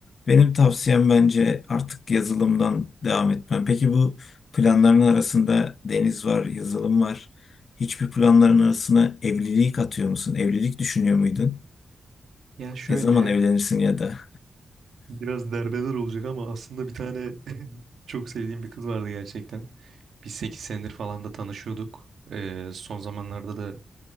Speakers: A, on the left; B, on the right.
A: benim tavsiyem bence artık yazılımdan devam etmen. Peki bu planların arasında deniz var, yazılım var. Hiçbir planların arasına evlilik atıyor musun? Evlilik düşünüyor muydun?
B: Ya şöyle
A: Ne zaman evlenirsin ya da?
B: Biraz derbeder olacak ama aslında bir tane <laughs> çok sevdiğim bir kız vardı gerçekten. Biz 8 senedir falan da tanışıyorduk. Ee, son zamanlarda da